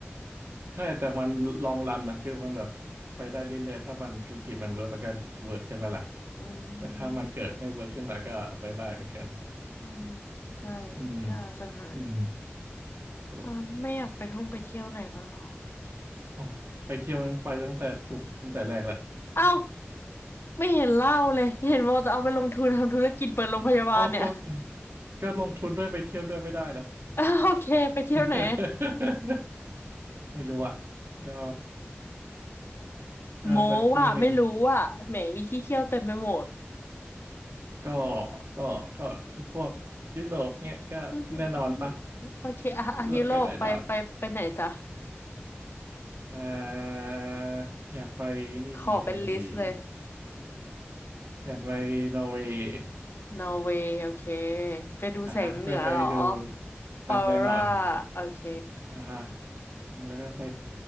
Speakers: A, on the right; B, on the left.
A: ใช่แต่มันลองรันนะคือมันแบบไปได้เรื่อยๆถ้ามันธุรกิจมันเวิร์กมันก็เวิร์กใช่ไหมล่ะ
B: อืม
A: แต่ถ้ามันเกิดไม่เวิร์กขึ้นมาก็บายบายไปกัน
B: อืมใช่
A: อืม
B: ก็อาจจะหาย
A: อืม ถูก
B: อ่าไม่อยากไปท่องไปเที่ยวไหนบ้างหรอก
A: อ๋อไปเที่ยวนั้นไปตั้งแต่ถูกตั้งแต่แรกแหละ
B: เอ้าไม่เห็นเล่าเลยเห็นว่าจะเอาไปลงทุนทำธุรกิจเปิดโรงพยาบาลเนี่ย
A: อ๋อก็ก็ลงทุนด้วยไปเที่ยวด้วยไม่ได้เหรอ
B: <laughs> อ้าวโอเคไปเที่ยวไหน
A: <laughs> ไม่รู้อ่ะก็ก็สักทีหนึ่ง
B: โมว่าไม่รู้ว่าแหมมีที่เที่ยวเต็มไปหมด
A: ก็ก็ก็พวกยุโรปเนี้ยก็แน่นอนปะ
B: อือหืออือหือโอเคอ่ะอ่ะยุโรปไปไปไปไหนจ๊ะ
A: ยุโรปก็แน่นอนอ่าอยากไปนี่เออ
B: ขอเป็นลิสต์เลย
A: อยากไปนอร์เวย์
B: นอร์เวย์โอเคไปดูแสงเหนือเหรอ
A: นะฮะเพื่อไปดู
B: ออร่า
A: ดำแน่นอน
B: โอเค
A: อ่าฮะอืมแล้วก็ไป